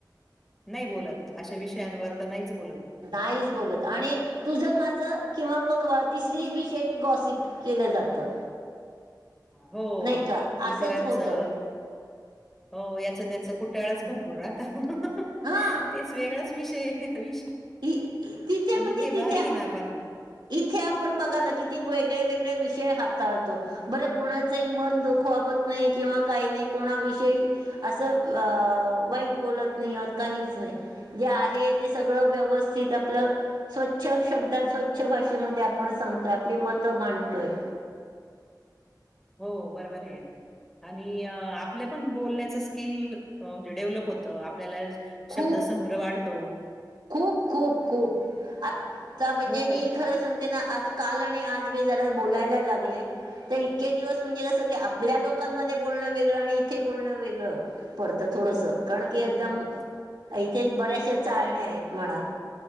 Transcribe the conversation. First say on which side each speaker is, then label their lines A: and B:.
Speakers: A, in the centre; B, on the right (about 75°).
A: नाही बोलत अशा विषयांवर तर नाहीच बोलत
B: नाहीच बोलत आणि तुझं माझं किंवा मग व तिसरी विषयी गॉसिप केलं जातं
A: हो
B: नाही का असंच
A: इतरांचं
B: होतं
A: हो याचं त्याच कुट्याळाच भरपूर राहतं हंह हं
B: हा
A: हं तेच वेगळाच विषय आहे एक विषय
B: इ तिथे
A: आणि
B: म्हणजे
A: हे
B: तिथे
A: बारी आहे ना पण
B: इथे आपण बघा ना किती वेगळे वेगळे विषय हाताळतो बरं कोणाचंही मन दुखवावत नाही किंवा काही नाही कोणा विषयी असं आ वाईट बोलत नाही आत काहीच नाही जे आहे ते सगळं व्यवस्थित आपलं स्वच्छ शब्दात स्वच्छ उच्छ भाषेमध्ये आपण सांगतोय आपली मतं मांडतोयं.
A: हॊ बरोबरायं. आणि आपलं पण बोलण्याच स्किल म्हणजे डेव्हलप होतं आपल्याला
B: खूप
A: शब्द संग्रह वाढतो.
B: खूप खूप खूप आता म्हणजे
A: हो,
B: मी खरं सांगते ना आज काल आणि आज मी जरा बोलायला लागले. तर इतके दिवस म्हणजे कसं की आपल्या लोकांमध्ये बोलणं वेगळं आणि इथे बोलणं वेगळं. पडतं थोडसं. कारण की एकदम
A: हो,
B: इथे बऱ्याशा चाळण्या आहेत म्हणा